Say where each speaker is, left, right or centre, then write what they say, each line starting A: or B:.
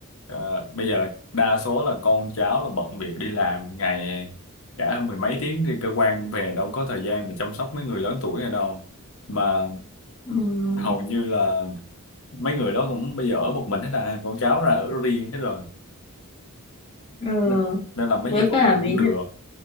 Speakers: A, on the left; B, on the left.
A: ờ, bây giờ là đa số là con cháu là bận bịu đi làm ngày cả mười mấy tiếng trên cơ quan về đâu có thời gian mà chăm sóc mấy người lớn tuổi này đâu mà
B: Ừ.
A: hầu như là mấy người đó cũng bây giờ ở một mình hết à con cháu ra ở riêng hết rồi
B: Ừ.
A: nên, nên là mấy
B: Với
A: dịch vụ
B: cả
A: này cũng
B: ví
A: được
B: dụ